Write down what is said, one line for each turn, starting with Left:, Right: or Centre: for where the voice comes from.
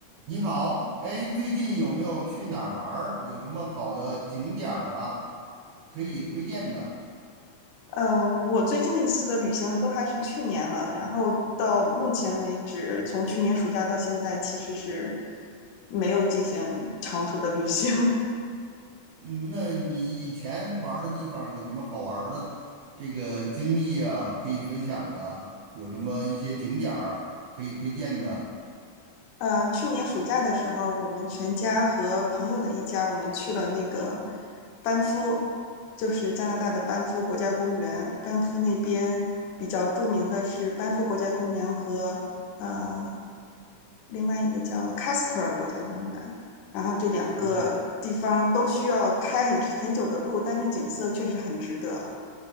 Right: 你好，哎，最近有没有去哪儿玩儿？有什么好的景点儿啊，可以推荐的？
Left: 嗯，我最近的一次的旅行都还是去年了，然后到目前为止，从去年暑假到现在，其实是没有进行长途的旅行。<laughs>
Right: 嗯，那你以前玩儿的地方有什么好玩儿的这个经历啊，可以分享的？有什么一些景点儿可以推荐的？
Left: 嗯，去年暑假的时候，我们全家和朋友的一家，我们去了那个班夫，就是加拿大的班夫国家公园。班夫那边比较著名的是班夫国家公园和呃另外一个叫 Casper 国家公园。然后这两个地方都需要开很很久的路，
Right: 哦
Left: 但是景色确实很值得。